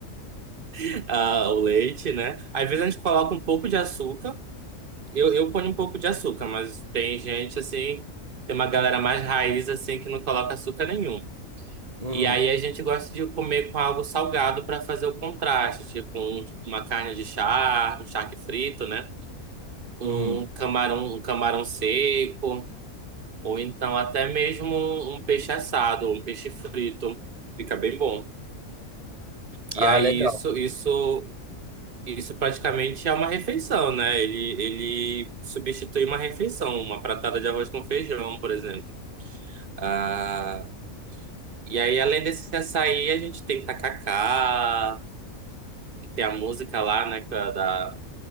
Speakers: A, on the right; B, on the right.
A: <laughs> ah, o leite, né? Às vezes a gente coloca um pouco de açúcar. Eu, eu ponho um pouco de açúcar, mas tem gente assim, tem uma galera mais raiz assim que não coloca açúcar nenhum.
B: Uhum,
A: E aí a gente gosta de comer com algo salgado para fazer o contraste, tipo um- uma carne de charque, um charque frito, né? Um
B: uhum.
A: camarão, um camarão seco, ou então até mesmo um, um peixe assado, um peixe frito, fica bem bom. E
B: Ah,
A: aí
B: legal.
A: isso, isso, isso praticamente é uma refeição, né? Ele, ele substitui uma refeição, uma pratada de arroz com feijão, por exemplo. Ah, e aí além desse açaí, a gente tem tacacá. Tem a música lá, né, que é da,